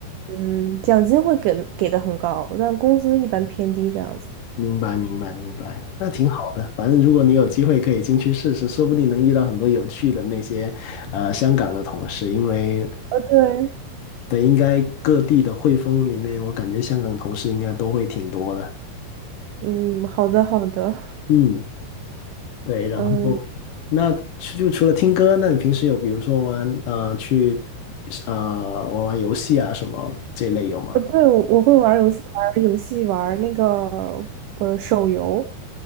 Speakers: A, on the right; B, on the left.
A: 嗯，奖金会给给的很高，但工资一般偏低这样子。
B: 明白，明白，明白，那挺好的。反正如果你有机会可以进去试试，说不定能遇到很多有趣的那些呃香港的同事，因为
A: 呃，对，
B: 对，应该各地的汇丰里面，我感觉香港同事应该都会挺多的。
A: 嗯，好的好的，
B: 嗯，对。然后那除就除了听歌，
A: 嗯。
B: 那你平时有比如说玩呃去呃玩玩游戏啊什么这类有吗？
A: 呃，对，我我会玩儿游戏，玩儿游戏，玩儿那个呃手游，